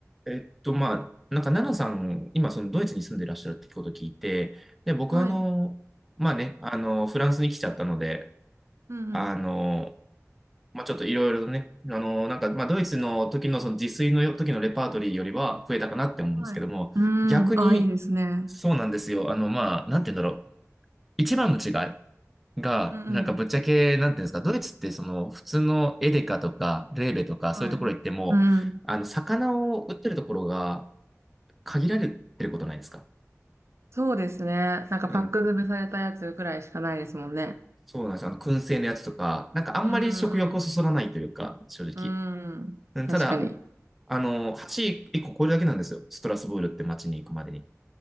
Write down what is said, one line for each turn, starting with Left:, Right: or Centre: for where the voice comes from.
Centre: えっと、まあ、なんか、奈々さん、今、そのドイツに住んでらっしゃるってことを聞いて、で、僕は、
Right: はい。
Centre: あの、まあね、あの、フランスに来ちゃったので、
Right: うん
Centre: あの、まあ、ちょっといろいろとね、あの、なんか、まあ、ドイツの時の、その自炊の時のレパートリーよりは増えたかなって思うんですけども、
Right: うん。はい。うーん。
Centre: 逆に、
Right: あ、いいですね。
Centre: そうなんですよ。あの、まあ、なんて言うんだろう。一番の違いが、
Right: うんうん。
Centre: なんか、ぶっちゃけ、なんていうんですか、ドイツって、その、普通のエデカとか、レーベとか、
Right: はい。
Centre: そういうところ行っても、
Right: うんうん。
Centre: あの、魚を売ってるところが、限られてることないですか
Right: そうですね。なんかパック詰めされたやつくらいしかないですもんね。
Centre: うん。そうなんですよ。あの、燻製のやつとか、なんかあんまり食欲をそそらないというか、
Right: うんうん
Centre: 正直。
Right: うん。うん。
Centre: うん、
Right: 確かに。
Centre: ただ、あの、橋1個超えるだけなんですよ。ストラスブールって街に行くまでに。